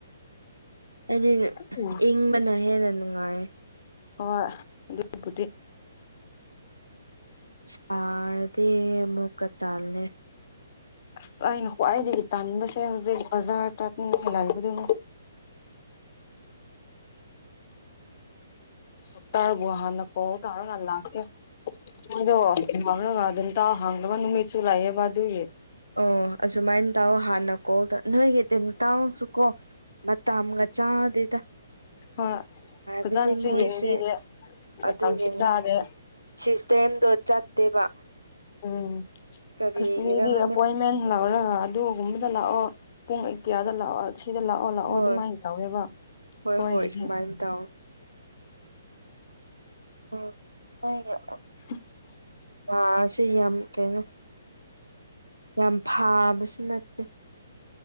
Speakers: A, on the right (about 80°); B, on the left (about 40°).
A: ꯑꯩꯗꯤ
B: ꯍꯣꯏ
A: ꯏꯪꯕꯅ ꯍꯦꯟꯅ ꯅꯨꯡꯉꯥꯏꯌꯦ
B: ꯍꯣꯏ ꯑꯗꯨꯒꯤꯕꯨꯗꯤ
A: ꯁꯥꯔꯗꯤ ꯑꯃꯨꯛꯀ ꯇꯥꯜꯂꯦ꯫
B: ꯑꯁ ꯑꯩꯅ ꯈ꯭ꯋꯥꯏꯗꯒꯤ ꯇꯟꯕꯥꯁꯦ ꯍꯧꯖꯤꯛ ꯕꯖꯥꯔ ꯆꯠꯅꯤꯡꯉꯥꯏ ꯂꯩꯕꯥꯗꯨꯅꯦ ꯣꯛ ꯇꯥꯔꯕꯨ ꯍꯥꯟꯅꯀꯣ ꯇꯥꯔ ꯉꯜ ꯂ ꯀꯦ <unintelligible> ꯃꯣꯢꯗꯣ ꯍꯥꯡꯔꯒ ꯑꯗꯨꯝꯇꯥꯎ ꯍꯥꯡꯗꯕ ꯅꯨꯃꯤꯠꯁꯨ ꯂꯩꯑꯦꯕ ꯑꯗꯨꯒꯤ
A: ꯑꯣ ꯑꯁꯨꯃꯥꯢꯟ ꯇꯧꯌꯣ ꯍꯥꯟꯅ ꯀꯣꯜꯇ ꯅꯣꯢꯒꯤ ꯇꯤꯟꯇꯧꯁꯨꯀꯣ ꯃꯇꯝꯒ ꯆꯥꯗꯦꯗ
B: ꯍꯣꯢ
A: ꯍꯥꯏꯕꯗꯤ
B: ꯐꯖꯅꯁꯨ
A: ꯃꯣꯏꯁꯦ
B: ꯌꯦꯡꯕꯤꯗꯦ ꯃꯇꯝꯁꯨ
A: ꯑꯗꯨꯒꯤꯅꯤ
B: ꯆꯥꯗꯦ꯫
A: ꯁꯤꯁꯇꯦꯝꯗꯣ ꯆꯠꯇꯦꯕ
B: ꯎꯝ
A: ꯀꯔꯤꯒꯤꯔ
B: ꯑꯁ ꯃꯤꯒꯤ
A: ꯈꯪꯗꯦ
B: ꯑꯦꯄꯣꯢꯟꯃꯦꯟ ꯂꯧꯔꯍ ꯑꯗꯨ ꯒꯨꯝꯕꯗ ꯂꯥꯛꯑꯣ ꯄꯨꯡ ꯑꯩ ꯀꯌꯥꯗ ꯂꯥꯛꯑꯣ ꯁꯤꯗ ꯂꯥꯛꯑꯣ ꯂꯥꯛꯑꯣ
A: ꯍꯣꯏ
B: ꯗꯨꯃꯥꯢꯟ ꯇꯧꯋꯦꯕ
A: ꯍꯣꯏ
B: ꯈꯣꯢꯒꯤꯗꯤ
A: ꯍꯣꯏ ꯁꯨꯃꯥꯏꯅ ꯇꯧ 'Inaudible'
B: 'Inaudible'
A: ꯀꯥꯁꯤ ꯌꯥꯝ ꯀꯩꯅꯣ ꯌꯥꯝ ꯐꯥꯕꯁꯨ ꯅꯠ